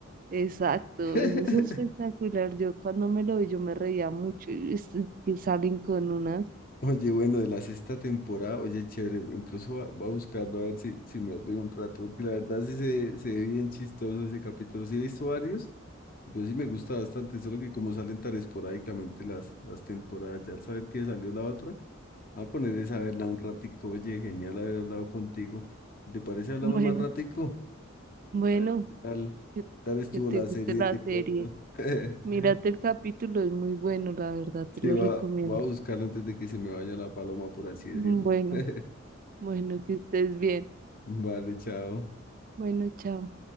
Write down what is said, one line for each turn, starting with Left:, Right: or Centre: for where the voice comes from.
Right: exacto,
Left: <laughs>
Right: eso es espectacular, yo cuando me lo vi, yo me reía mucho, y es- que salen con unas,
Left: Oye, bueno, de la sexta temporada, oye, chévere, incluso va, va a buscarlo a ver si, si me río un rato, porque la verdad sí se, se ve bien chistoso ese capítulo. Sí he visto varios, Yo sí me gusta bastante, solo que como salen tan esporádicamente las, las temporadas, ya al saber que salió la otra, voy a poner esa a verla un ratico. Oye, genial haber hablado contigo. Si te parece, hablamos
Right: bueno,
Left: más ratico.
Right: bueno,
Left: A ver qué tal,
Right: que,
Left: qué tal estuvo
Right: que te
Left: la
Right: guste
Left: serie
Right: la
Left: de cuento.
Right: serie,
Left: <laughs>
Right: mírate el capítulo, es muy bueno, la verdad, te
Left: Sí,
Right: lo
Left: va,
Right: recomiendo,
Left: voy a buscarla antes de que se me vaya la paloma, por así decirlo.
Right: bueno,
Left: <laughs>
Right: bueno, que estés bien,
Left: Vale, chao.
Right: bueno, chao.